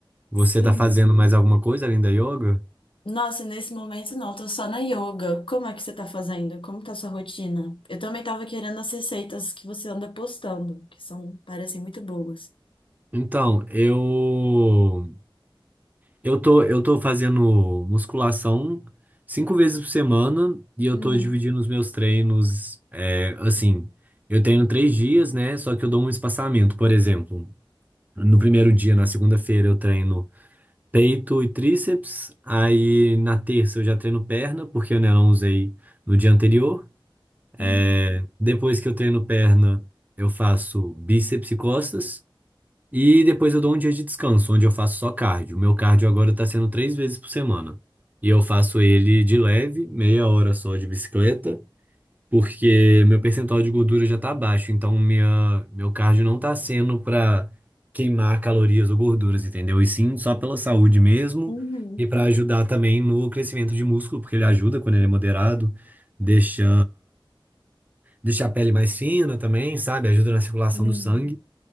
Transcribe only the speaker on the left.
sim.
Nossa, nesse momento não, tô só na yoga. Como é que você tá fazendo? Como tá sua rotina? Eu também tava querendo as receitas que você anda postando, que são, parecem muito boas.
Uhum,
uhum,
uhum,
uhum.